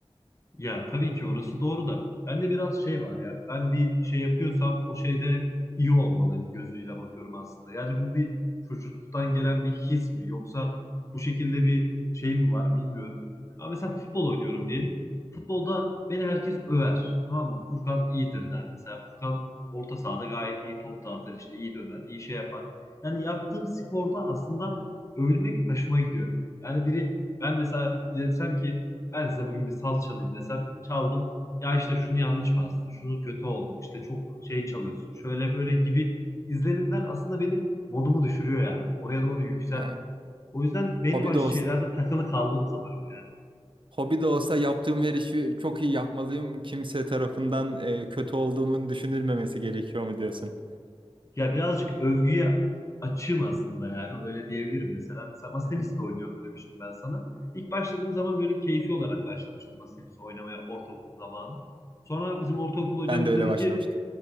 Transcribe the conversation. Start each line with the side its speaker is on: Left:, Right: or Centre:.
Left: Ya tabii ki orası doğru da bende biraz şey var ya ben bir şey yapıyorsam o şeyde iyi olmalıyım gözüyle bakıyorum aslında. Yani bu bir çocukluktan gelen bir his mi yoksa bu şekilde bir şey mi var bilmiyorum. Ama mesela futbol oynuyorum diyelim. Futbolda beni herkes över tamam mı? Furkan iyidir der mesela. Furkan orta sahada gayet iyi top dağıtır işte iyi döver iyi şey yapar. Yani yaptığım sporda aslında övülmek hoşuma gidiyor. Yani biri ben mesela desem ki ben size bugün bir saz çalayım desem çaldım. Ya işte şunu yanlış bastın, şunu kötü oldu, işte çok şey çalıyorsun, şöyle böyle gibi izlenimler aslında beni modumu düşürüyor yani. Oraya doğru yükseltmiyor.
Right: Ha,
Left: O yüzden belli
Right: Hobi
Left: başlı
Right: de olsun.
Left: şeylerde takılı kaldım sanırım yani.
Right: Hobi de olsa yaptığım her işi çok iyi yapmalıyım. Kimse tarafından e, kötü olduğumun düşünülmemesi gerekiyor mu diyorsun?
Left: Ya birazcık övgüye açığım aslında yani öyle diyebilirim mesela. Mesela masa
Right: <laughs>
Left: tenisi de oynuyorum demiştim ben sana. İlk başladığım zaman böyle keyfi olarak başlamıştım masa tenisi oynamaya ortaokul zamanı. Sonra bizim ortaokul hocamız
Right: Ben de öyle
Left: dedi
Right: başlamıştım.
Left: ki